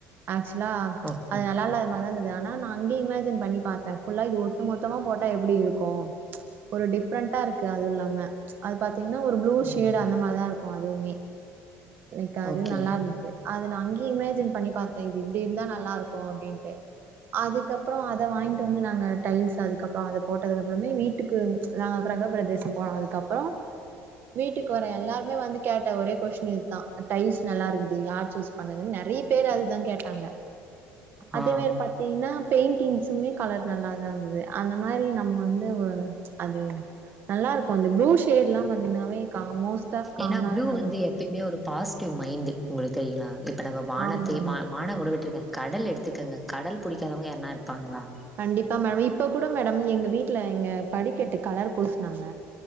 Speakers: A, on the right; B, in the centre.
A: ஆக்சுவலா
B: ஓகே
A: அது நல்லா இல்லாத மாதிரிதா இருந்தது ஆனா நா அங்கயே இமேஜின் பண்ணி பாத்தே ஃபுல்லா இது ஒட்டு மொத்தமா போட்டா எப்டி இருக்கும் ஒரு டிஃப்ரெண்ட்டா இருக்கு அதுவும் இல்லாம அது பாத்தீங்கன்னா ஒரு ப்ளூ ஷேட்
B: ம்
A: அந்த மாறி தா இருக்கு க்கும் அதுவுமே லைக் அது
B: ஓகே
A: நல்லா இருந்தது அது நா அங்கயே இமேஜின் பண்ணி பாத்தே இது இப்டி இருந்தா நல்லா இருக்கும் அப்டின்ட்டு அதுக்கப்பறோ அத‌வாங்கிட்டு வந்து நாங்க டைல்ஸ் அதுக்கப்றோ அத போட்டதுக்கு அப்பறமே வீட் வீட்டுக்கு நாங்க கிரக பிரதேசம் போனதுக்கப்பறோ வீட்டுக்கு வர எல்லாருமே வந்து கேட்ட ஒரே கொஸ்டின் இதுதா டைஸ் நல்லா இருக்குது யார் சூஸ் பண்ணதுன்னு நெறைய பேர் அதுதா கேட்டாங்க அதே
B: ஆ
A: மேரி பாத்தீங்கன்னா பெயிண்டிங்ஸுமே கலர் நல்லா தா இருந்தது அந்த மாரி நம்ம வந்து அது நல்லா இருக்கும் இந்த ப்ளூ ஷேட் எல்லாம் பாத்தீங்கன்னாவே கா மோஸ்ட் ஆஃப் காமனாவே
B: ஏன்னா ப்ளூ
A: நல்லா
B: வந்து
A: இருக்கும்.
B: எப்பயுமே ஒரு பாசிட்டிவ் மைண்ட் உங்களுக்கு தெரியங்களா இப்ப நம்ம வானத்தே
A: ஆமா, ஆமா.
B: வா வா வானம் கூட விட்டுறுங்க கடல் எடுத்துக்கங்க கடல் பிடிக்காதவங்க யாருனா இருப்பாங்களா
A: கண்டிப்பா மேடம் இப்ப கூட மேடம் எங்க வீட்ல எங்க படிக்கட்டு கலர் பூசுனாங்க